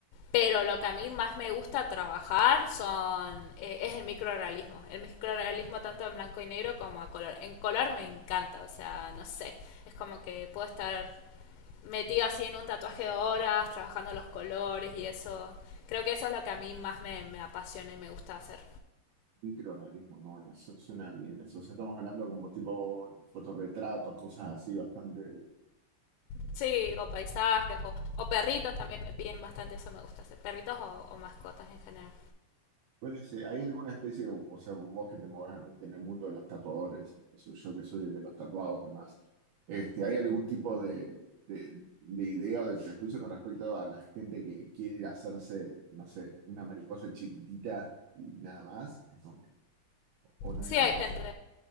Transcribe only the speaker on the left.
Pero lo que a mí más me gusta trabajar son eh, es el microrealismo. El microrealismo tanto en blanco y negro como a color. En color me encanta, o sea, no sé, es como que puedo estar metido así en un tatuaje de horas, trabajando los colores y eso. Creo que eso es lo que a mí más me, me apasiona y me gusta hacer.
Sí, o paisajes, o, o perritos también me piden bastante, eso me gusta hacer. Perritos o, o mascotas en general.
Sí,
hay
gente,